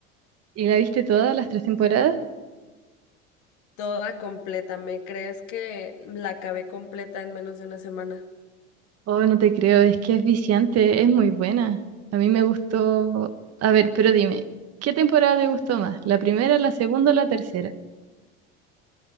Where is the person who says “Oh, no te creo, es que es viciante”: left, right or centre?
Right